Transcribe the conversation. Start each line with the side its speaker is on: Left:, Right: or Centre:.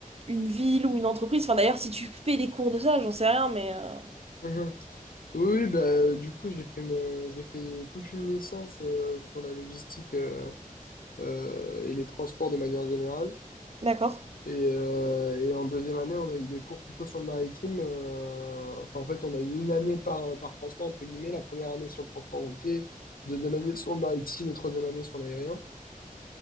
Right: une ville ou une entreprise? Enfin, d'ailleurs, si tu fais des cours de ça, j'en sais rien, mais... euh,
Left: mhm. Oui, oui, bah, du coup, j'ai fait, me- j'ai fait toute une licence euh, sur la logistique euh, euh, et les transports de manière générale.
Right: D'accord.
Left: Et, euh, et en deuxième année, on a eu des cours plutôt sur le maritime. euh, enfin, en fait, on a eu une année par, par transport, entre guillemets, la première année sur le transport routier, deuxième année sur le maritime et troisième année sur l'aérien.